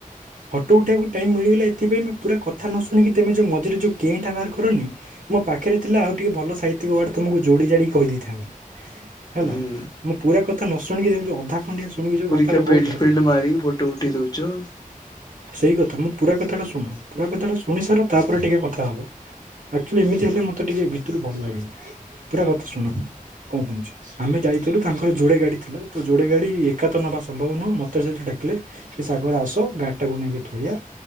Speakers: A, on the right; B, on the left.
A: ଫଟୋ ଉଠେଇବାକୁ ଟାଇମ୍ ମିଳିଗଲା ଏଥିପାଇଁ ପୁରା କଥା ନ ଶୁଣିକି ତମେ ଯୋଉ ମଝିରେ ଯୋଉ କେଁ ଟା ବାହାର କରନି। ମୋ ପାଖରେ ଥିଲା ଆଉ ଟିକେ ଭଲ ସାହିତ୍ୟକ ୱ। ର୍ଡ ତମକୁ ଯୋଡ଼ି ଯାଡି କହି ଦେଇଥାନ୍ତି। ହେଲା
B: ହୁଁ
A: ମୋ ପୁରା କଥା ନ ଶୁଣିକି ଏମିତି ଯୋଉ ଅଧା ଖଣ୍ଡିଆ ଶୁଣିକି ଯୋଉ। କଥାଟା
B: କା ବେଲଟ
A: କହୁଚ
B: ଫେଲଟ ମାରି କି ଫଟୋ ଉଠେଇ ଦଉଚ।
A: ସେଇ କଥା ମୋ ପୁରା କଥାଟା ଶୁଣ ପୁରା କଥାଟା ଶୁଣି ସାର ତାପରେ ଟିକେ କଥା ହବ। ଆକ୍ଚୁଆଲି ଏମିତି ହେଲେ ମତେ ଟିକେ ଭିତରୁ ଭଲ ଲାଗେନି ପୁରା କଥା ଶୁଣ। କଁ ହଁଉଛି ଆମେ ଯାଇଥିଲୁ ତାଙ୍କର ଯୋଡେ ଗାଡି ଥିଲା ତ ଯୋଡେ ଗାଡି ଏକାତ ନବା ସମ୍ଭବ ନୁହଁ ମତେ ସେଉଠୁ ଡାକିଲେ କି ଶାଗରେ ଆସ ଗାଡି ଟାକୁ ନେଇକି ଥୋଇବା